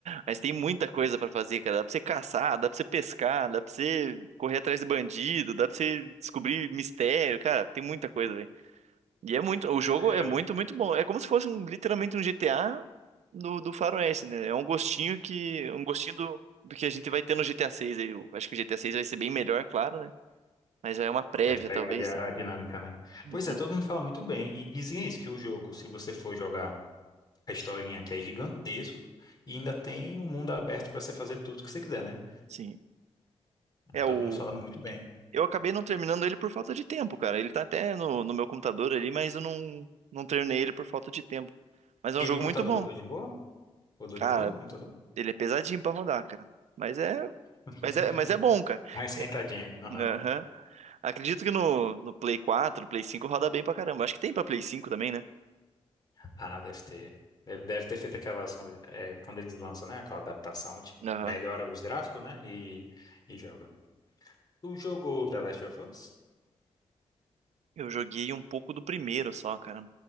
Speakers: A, on the right; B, on the left.
A: Mas tem muita coisa pra fazer, cara. Dá pra você caçar, dá pra você pescar, dá pra você correr atrás de bandido, dá pra você descobrir mistério, cara, tem muita coisa, velho. E é muito, o jogo
B: É,
A: é
B: eu-
A: muito, muito bom. É como se fosse um- literalmente um GTA do, do Faroeste, né? É um gostinho que, um gostinho do, do que a gente vai ter no GTA 6 aí. Eu acho que o GTA 6 vai ser bem melhor, claro, né? Mas já é uma prévia,
B: Deve pegar
A: talvez.
B: ali a,
A: né?
B: a dinâmica, né?
A: Uhum.
B: Pois é, todo mundo fala muito bem. E dizem é isso, que o jogo, se você for jogar a historinha, que é gigantesco, e ainda tem o mundo aberto pra você fazer tudo que você quiser, né?
A: Sim. É,
B: Ah, Todo
A: o...
B: mundo fala muito bem.
A: Eu acabei não terminando ele por falta de tempo, cara. Ele tá até no, no meu computador ali, mas eu não, não terminei ele por falta de tempo. Mas é um
B: E
A: jogo
B: no
A: muito
B: computador
A: bom.
B: rodou de boa? Rodou
A: Cara,
B: de boa no computador?
A: ele é pesadinho pra rodar, cara. Mas é.
B: <laughs>
A: Mas é, mas é bom, cara.
B: Mais esquentadinha.
A: É,
B: Aham.
A: Aham. Acredito que no, no Play 4 no Play cinco roda bem pra caramba. Acho que tem pra Play cinco também, né?
B: Ah, deve ter. Deve, deve ter feito aquelas, quando, é, quando eles lançam, né? Aquela adaptação, tipo,
A: Aham.
B: melhora os gráficos, né? E, e joga. Tu jogou The Last of Us?
A: Eu joguei um pouco do primeiro só, cara.